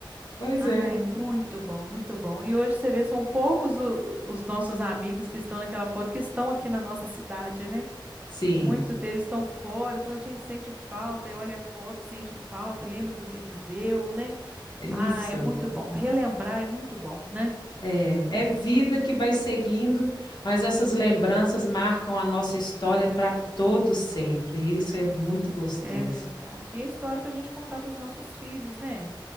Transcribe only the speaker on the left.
Pois
é.
Sim,
isso.
É, é vida que vai seguindo, mas essas lembranças marcam a nossa história para todo sempre. E isso é muito gostoso.